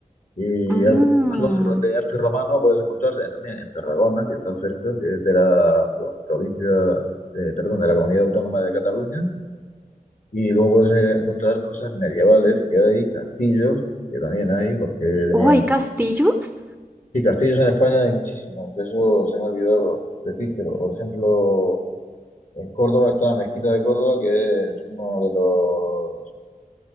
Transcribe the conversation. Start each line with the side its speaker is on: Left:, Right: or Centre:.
Left: y
Centre: Mm.
Left: algo, algo de, de arte romano puedes encontrar eh, también en Tarragona, que está cerca, que es de la pro- provincia, de- perdón, de la Comunidad Autónoma de Cataluña, y luego puedes eh, encontrar cosas medievales que hay, castillos, que también hay, porque tenía
Centre: Oh, ¿hay
Left: una...
Centre: castillos?
Left: Sí, castillos en España hay muchísimos, eso se me ha olvidado decírtelo, por ejemplo... En Córdoba está la Mezquita de Córdoba, que es uno de los,